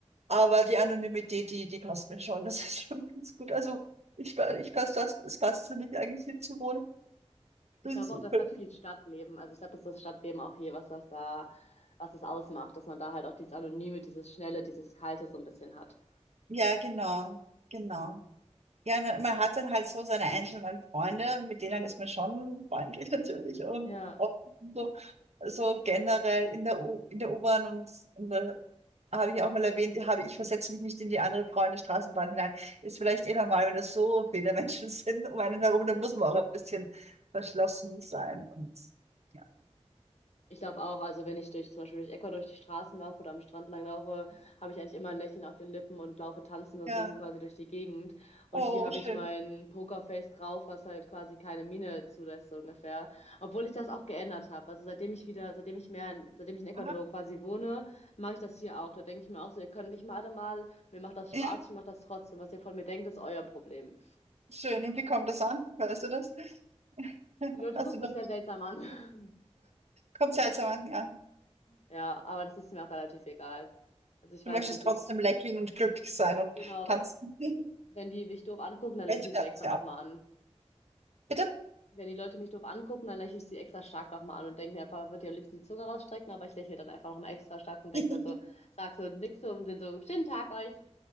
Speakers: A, on the right; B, on the left.
A: Aber die Anonymität, die, die passt mir schon. Das ist schon ganz gut. Also ich, pa- ich passt das, es passt für mich eigentlich hier zu wohnen.
B: Ich
A: Das
B: glaube
A: ist super.
B: auch, das hat viel Stadtleben. Also ich glaube, das ist das Stadtleben auch hier, was das da, was das ausmacht, dass man da halt auch dieses Anonyme, dieses Schnelle, dieses Kalte so ein bisschen hat.
A: Ja, genau, genau. Ja, man, man hat dann halt so seine einzelnen Freunde, mit denen ist man schon freundlich <laughs> natürlich und
B: Ja.
A: auch so, so Also generell in der U, in der U-Bahn und in der, habe ich auch mal erwähnt, habe ich versetze mich nicht in die andere Freunde Straßenbahn hinein. Ist vielleicht eh normal, wenn das so viele <laughs> Menschen sind um einen herum, dann muss man auch ein bisschen verschlossen sein und ja.
B: Ich laufe auch, also wenn ich durch, zum Beispiel durch Ecuador durch die Straßen laufe oder am Strand lang laufe, habe ich eigentlich immer ein Lächeln auf den Lippen und laufe tanzend und
A: Ja,
B: singen quasi durch die Gegend. Und
A: oh,
B: hier habe
A: schön.
B: ich mein Pokerface drauf, was halt quasi keine Miene zulässt, so ungefähr. Obwohl ich das auch geändert habe. Also seitdem ich wieder, seitdem ich mehr, in- seitdem ich in Ecuador
A: Aha.
B: quasi wohne, mache ich das hier auch. Da denke ich mir auch so, ihr könnt mich mal alle mal, mir macht das Spaß,
A: Ja,
B: ich mache das trotzdem. Was ihr von mir denkt, ist euer Problem.
A: schön. Und wie kommt das an? Weißt du das? <laughs>
B: Die Leute
A: Hast
B: gucken
A: du
B: mich
A: da
B: sehr seltsam an. <laughs>
A: Kommt seltsam an, ja.
B: Ja, aber das ist mir auch relativ egal. Also ich
A: Du
B: weiß,
A: möchtest
B: dass
A: trotzdem
B: ich
A: lächeln und glücklich sein und
B: Genau.
A: tanzen. <laughs>
B: Wenn die mich doof angucken, dann
A: Welche
B: lächle ich
A: Fernseher
B: sie extra nochmal
A: ab?
B: an.
A: Bitte?
B: Wenn die Leute mich doof angucken, dann lächle ich sie extra stark nochmal an und denke mir einfach, würde ihr am liebsten die Zunge rausstrecken, aber ich lächle dann einfach nochmal extra stark und denke
A: <laughs>
B: dann so, sag so nix so und bin so, schönen Tag euch.